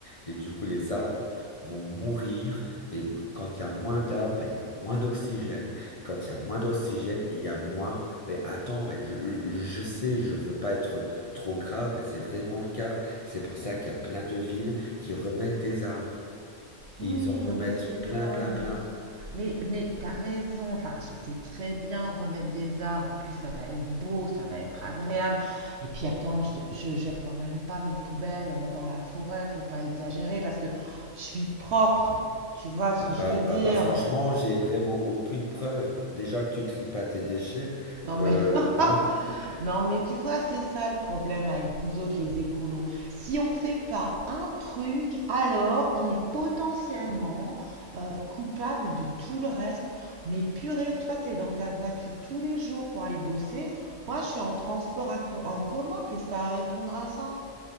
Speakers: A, on the left (about 35°); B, on the right (about 60°).
A: Et du coup, les arbres vont mourir. Et quand il y a moins d'arbres, ben, il y a moins d'oxygène. Et quand il y a moins d'oxygène, il y a moins. Mais attends, mais je, je je sais, je veux pas être trop grave, mais c'est vraiment le cas. C'est pour ça qu'il y a plein de villes qui remettent des arbres.
B: Oui,
A: Ils en remettent
B: non mais c'est vrai,
A: plein, plein,
B: mais
A: plein.
B: mais mais t'as raison. Enfin, je- c'est très bien de remettre des arbres. En plus, ça va être beau, ça va être agréable. Et puis attends, je, je jette quand même pas mes poubelles euh, dans la forêt. Faut pas exagérer parce que je suis propre. Tu vois ce
A: Ah
B: que
A: bah,
B: je veux dire?
A: ah bah franchement, j'ai vraiment aucune preuve. Déjà que tu tries pas tes déchets,
B: Non
A: euh,
B: mais
A: hein,
B: <laughs> Non, mais tu vois, c'est ça le problème avec vous autres les écolos. Si on ne fait pas un truc, alors on est potentiellement euh, coupable de tout le reste. Mais purée, toi, t'es dans ta voiture tous les jours pour aller bosser. Moi, je suis en transport à co- en commun. Qu'est-ce que t'as à répondre à ça?